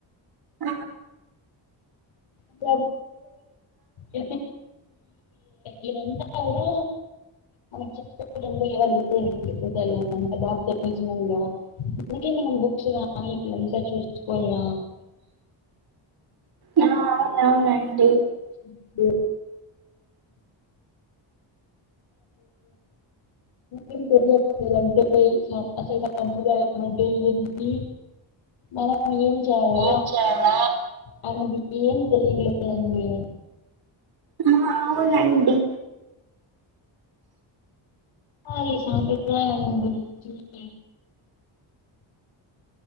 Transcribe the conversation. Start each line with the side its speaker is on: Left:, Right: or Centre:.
Right: ఆ
Left: <unintelligible> ఇ ఇది అంత కూడా మనం చెప్పు <unintelligible> ఎవరు లేరు ఎప్పుడు తెలివనోళ్లు ఎంత బా తెలిసి నోళ్ళు అందుకే మనం బుక్స్ కానీ ఇట్ల అంత చూసుకోవాళ్ళ
Right: ఆ అవునవునండి
Left: <unintelligible> <inaudible> ఏమి చేస్తున్నారు అంటే అసల్ సంప్రదాయం అంటే ఏంటి మనం ఏం చేయాల
Right: ఏమి చేయాల
Left: ఆయన్ బి ఏమి తెలియట్లేదండి
Right: ఆ అవునండి
Left: అయి సంప్రదాయం గురించి <inaudible>